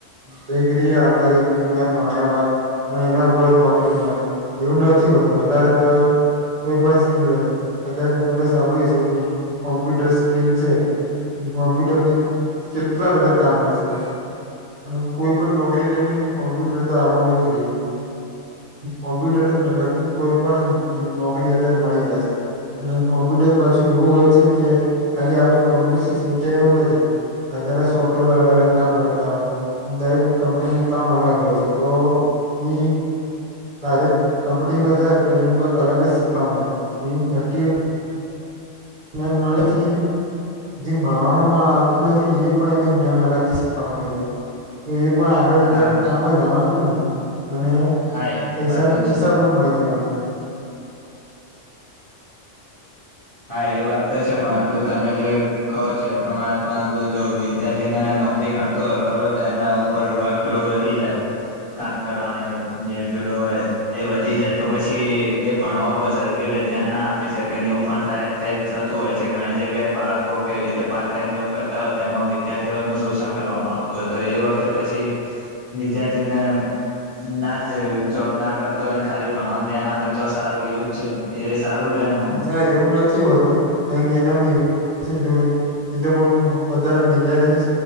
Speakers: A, on the right; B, on the left.
A: બેગરી આપ કે તમે માણ્યા હોય. અને એના ઉપર નોકરી મળે એવું નથી હોતું અતારે તો કોઈ પણ સ્કીલ હોય અ તમે સાંભળ્યું હશે કે કોમ્પ્યુટર સ્કીિલ છે કોમ્પ્યુટર ની કેટલા બધા કામ હોય છે અને કોઈ પણ નોકરી લેવીને કોમ્પ્યુટર તો આવડવું જ જોઈએ. કોમ્પ્યુટરને લગતી કોઈ પણ નોકરી અતારે મળી જાય છે. અને કોમ્પ્યુટર પાછું એવું હોય છે કે ખાલી આ બધ કોમ્પ્યુટર શીખ્યા એવું નથી. અત્યારે સોફ્ટવેર અલગ અલગ કામ કરતા હોય દરેક કંપનીનું કામ અલગ હોય છે તો ઈ ડાયરેકટ કંપનીમાં જાય તો એનું કંક અલગ જ શીખવા મળે <unintelligible> ને મળતી જે મળવામાં પણ આવતું નથી એ પણ એને જ્ઞાન અલગથી શીખવા મળી જાય. એ પણ આગળ જતા
B: હા
A: એને કામ જ આવવાનું ને અને
B: હા
A: પૈસા
B: એ વાત
A: ના
B: તો
A: પૈસા
B: છે
A: પણ મળી જવાના.
B: હા એ વાત તો છે પરંતુ તમે જે કહો છો એ પ્રમાણે પરંતુ જો વિદ્યાર્થીને નોકરી કરતો હોય બરોબર તો એના ઉપર વર્કલોડ વધી જાય. કામ કરવાને જે પેલો એ વધી જાય તો પછી એ ભણવા ઉપર સરખી ધ્યાન ના આપી શકે ને એવું પણ થાય થય થતું હોય છે ઘણી જગ્યાએ બાળકો કે એવી રીતે પાર્ટ ટાઈમ જોબ કરતા હોય તો એમાં વિદ્યાર્થીઓ નું શોષણ કરવામાં આવતું હોય તો એ વખતે પછી વિદ્યાર્થીને ના છે જોબ ના કરતો હોને ખાલી ભણવાનું ધ્યાન આપે તો સારું એવું જ છે એ સારું રે ન
A: ના એવું નથી હોતું એ કારણકે એનામા પાસે જ હોય એ તો પણ પોતાના વિદ્યાર્થીને